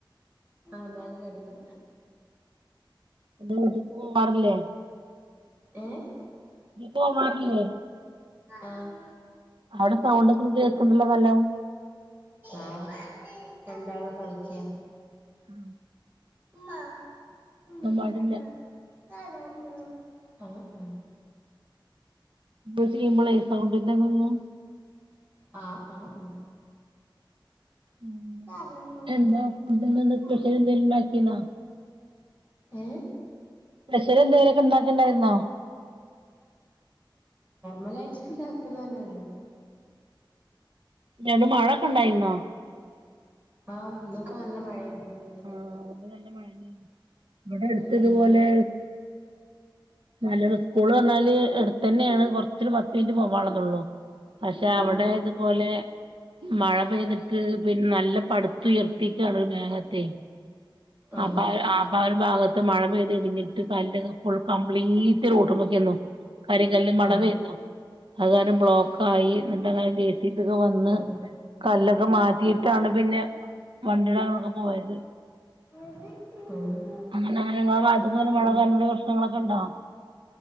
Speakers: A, on the right; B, on the right.
A: ആ എല്ലാരും കിടന്ന്
B: എന്താ വീട്ടിക്ക് പോവാറില്ലേ
A: ഏഹ്
B: പോവാറില്ലേ
A: ആഹ്
B: അവിടെ സൗണ്ട ഒക്ക കേൾക്കണ്ടല്ല ഫലവും
A: ആ രണ്ടാള് കളിക്കിയ
B: ആ
A: ഉമ്മ ഉ
B: പാടില്ല
A: താട താടാ ഉമ്മ അ അ
B: ന ചെയ്യുമ്പോള സ കൊണ്ട് ഇത വന്നു
A: ആ ആ ആ
B: പിന്നെ
A: കാര
B: എന്താ ഫുഡിന് ഇന്ന് സ്പെഷ്യൽ
A: ആ
B: എന്തേലും ഉണ്ടാക്കീനോ
A: ഏ
B: പ്രഷര എന്തെങ്കിലുമൊക്കെ ഉണ്ടാക്കിണ്ടായിരുന്നോ
A: മലാഴ്ച ഉണ്ടാക്കുന്ന തന്നെയള്ളു
B: ട് മഴൊക്കെ ഇണ്ടായിന്നോ
A: ആഹ് ഇന്നൊക്കെ നല്ല മഴ ന്നക്ക
B: ആഹ് ഇവിടെ നല്ല മഴന്നെ ഇവിടെ എടുത്തതുപോലെ
A: ഉ
B: നല്ല സ്കൂള് പറഞ്ഞാല് എടുത്തു തന്നെയാണ് കൊറച്ചരു പത്ത് മിനിറ്റ് പോവുള്ളതള്ളു പക്ഷെ
A: ആഹ്
B: അവിടെ ഇതുപോലെ മഴ പെയ്തിട്ട് പിന്നെ നല്ല പടുത്തുയർത്തിക്കാണ് മേഗ <unintelligible>
A: ആഹ്
B: അപ്പ ആപ്പ <unintelligible> ഒരു ഭാഗത്ത് മഴ പെയ്ത് ഇടിഞ്ഞിട്ട് കല്ലെ കല്ല് ഫുൾ കംപ്ലീറ്റ് റോഡിക്കുവാന്ന് കരി കല്ല് മണ
A: ആഹ്
B: <unintelligible> വരുന്നു അതെ ബ്ലോക്ക് ആയി എന്നിട്ട് അങ്ങനെ കെഎസ്ഇബി ഒക്കെ വന്ന്
A: ആഹ്
B: കല്ലൊക്കെ മാറ്റിയിട്ടാണ് പിന്നെ വണ്ടി അങ്ങനൊക്കെ പോയത്
A: ആഹ് ആഹ്
B: അങ്ങനെ അങ്ങനെ നാട്ടില് മഴ വാരൽ <unintelligible> പ്രശ്നങ്ങളൊക്കെ ഉണ്ടോ